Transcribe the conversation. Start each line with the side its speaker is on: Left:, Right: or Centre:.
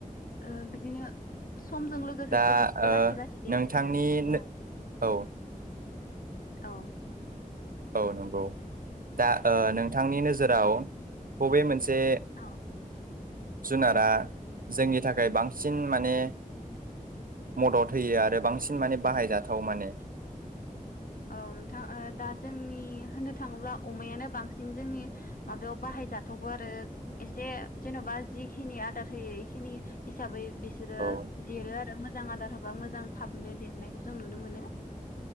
Left: ओ बिदिनो समजों लोगोसेसो
Right: दा
Left: बिसोरबो
Right: ओ
Left: लासै लासै देरलांगोन
Right: नोंथांनि
Left: नालाय औ
Right: औ
Left: औ
Right: औ नंगौ दा ओ नोंथांनि नोजोराव बबे मोनसे से
Left: औ
Right: जुनारा जोंनि थाखाय बांसिन माने मदद होयो आरो बांसिन माने बाहायजाथाव माने
Left: औ नोंथां दा जोंनि होननो थाङोब्ला अमायानो बांसिन जोंनि माबायाव बाहायजाथावगौ आरो एसे जेन'बा जिखिनि आदार होयो इखिनि हिसाबै बिसोरो
Right: औ
Left: देरो आरो मो जां आदार होबा मोजां थाबनो देरनायखौ जों नुनो मोनो